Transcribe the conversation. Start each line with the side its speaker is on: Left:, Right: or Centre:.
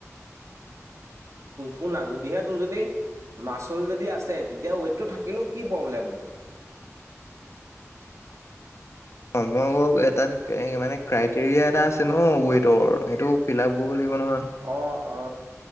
Right: শুনা যদিহে তোৰ যদি মাচুল যদি আছে তেতিয়া ৱেইটটো থাকিলেও কি প্ৰব্লেম?
Left: অ মই এাত মানে ক্ৰাইটেৰিয়া এটা আছে ন ৱেটৰ সেইটো ফিল আপ কৰিব লাগিব নহয়।
Right: অ অ